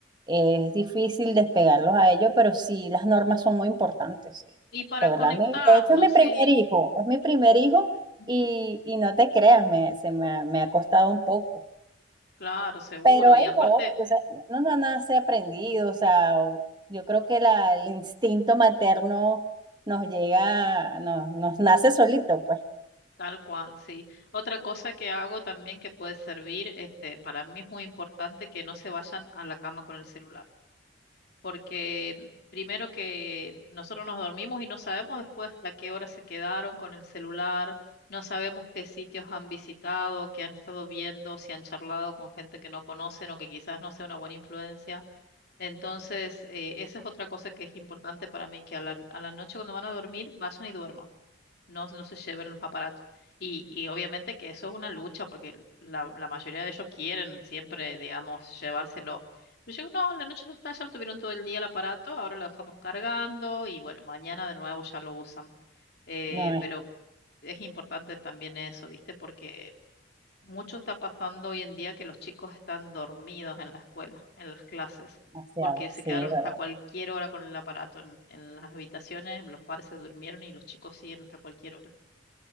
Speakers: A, on the right; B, on the left.
A: es difícil despegarlos a ellos, pero sí, las normas son muy importantes, sí.
B: Y para
A: De verdad,
B: conectarnos,
A: mi- de hecho es mi
B: sí.
A: primer hijo, es mi primer hijo
B: Ujú,
A: y, y no te creas, me, se me, ha me ha costado un poco.
B: Claro, seguro.
A: Pero ahí
B: Y aparte...
A: voy, o sea, uno no nace aprendido, o sea, o- yo creo que la, el instinto materno nos llega, nos, nos nace solito, pues.
B: Tal cual, sí. Otra cosa que hago también que puede servir, este, para mí es muy importante que no se vayan a la cama con el celular, porque primero que nosotros nos dormimos y no sabemos después a qué hora se quedaron con el celular, no sabemos qué sitios han visitado, qué han estado viendo, si han charlado con gente que no conocen o que quizás no sea una buena influencia. Entonces, eh, esa es otra cosa que es importante para mí, que a la, a la noche cuando van a dormir, vayan y duerman no, no se lleven los aparatos. Y, y obviamente que eso es una lucha, porque la, la mayoría de ellos quieren siempre, digamos, llevárselo. Pero yo, digo, no, en la noche ya está, ya lo tuvieron todo el día el aparato, ahora lo dejamos cargando y bueno, mañana de nuevo ya lo usan. Eh,
A: No es
B: pero es importante también eso, ¿viste? Porque mucho está pasando hoy en día que los chicos están dormidos en la escuela, en las clases,
A: demasiado,
B: porque se
A: sí,
B: quedaron
A: es verdad.
B: hasta cualquier hora con el aparato en, en las habitaciones, los padres se durmieron y los chicos siguen hasta cualquier hora.